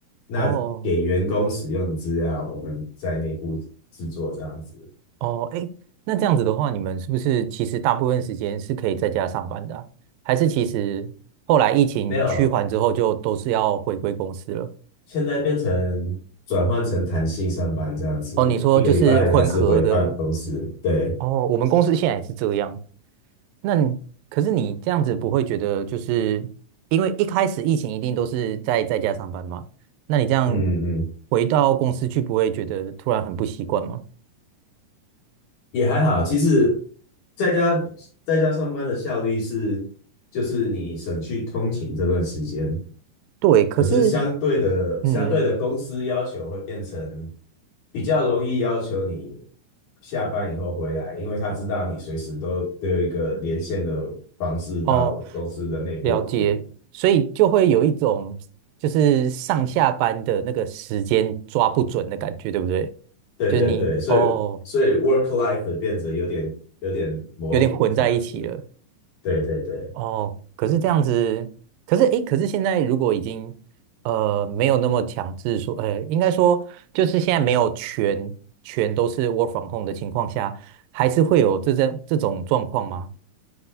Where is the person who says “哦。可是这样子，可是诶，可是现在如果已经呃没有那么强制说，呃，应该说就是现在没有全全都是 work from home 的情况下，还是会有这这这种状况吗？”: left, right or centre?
Right